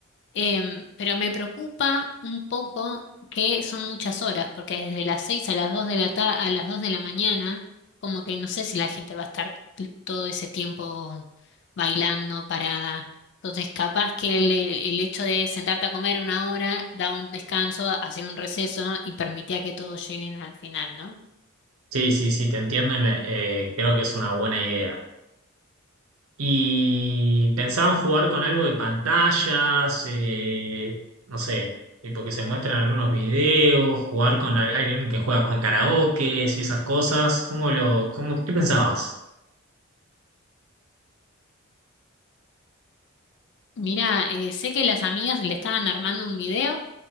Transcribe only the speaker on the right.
Sí, sí, sí, te entiendo y me, eh, creo que es una buena idea. Y pensaban jugar con algo de pantallas, eh, no sé, tipo que se muestran algunos videos, jugar con al- alguien que juega con karaoke y esas cosas. ¿Cómo lo, cómo, qué pensabas?